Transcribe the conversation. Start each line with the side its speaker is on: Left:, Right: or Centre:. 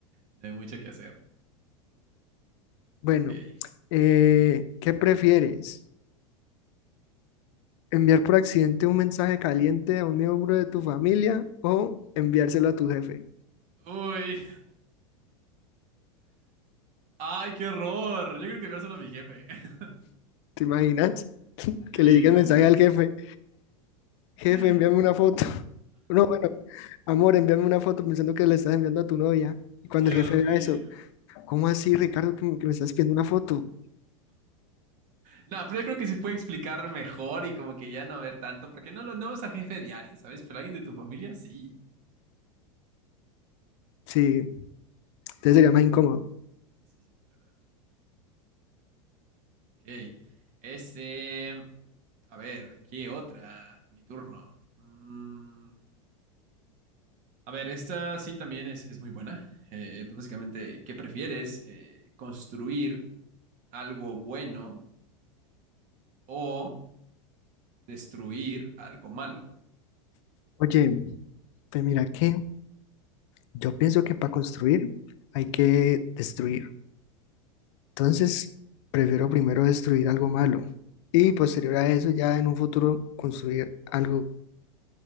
Right: no hay mucho que hacer.
Left: Bueno,
Right: Ok.
Left: eh, ¿qué prefieres? ¿Enviar por accidente un mensaje caliente a un miembro de tu familia o enviárselo a tu jefe?
Right: Uy, Ay, qué horror. Yo creo que enviárselo a mi jefe. <laughs>
Left: ¿Te imaginas?
Right: Sí,
Left: Que le llegue el mensaje
Right: sí,
Left: al jefe. Jefe,
Right: sí.
Left: envíame
Right: <laughs>
Left: una foto. <laughs> No, bueno, amor, envíame una foto pensando que le estás enviando a tu novia. Y cuando
Right: Dios
Left: el jefe
Right: mío.
Left: vea eso, ¿cómo así, Ricardo, que me, que me estás pidiendo una foto?
Right: No, pero yo creo que se puede explicar mejor y como que ya no ver tanto, porque no lo no es al jefe diario, ¿sabes? Pero alguien de tu familia, sí.
Left: Sí, entonces
Right: Sí, la
Left: sería
Right: verdad.
Left: más incómodo.
Right: sí, sí, sí, claro. Ok. Este. A ver, ¿qué otra? Mi turno. Mm, a ver, esta sí también es, es muy buena. Eh, pues básicamente, ¿qué prefieres? Eh, ¿construir algo bueno o destruir algo malo.
Left: Oye, pues mira que yo pienso que para construir hay que destruir. Entonces, prefiero primero destruir algo malo y posterior a eso ya en un futuro construir algo.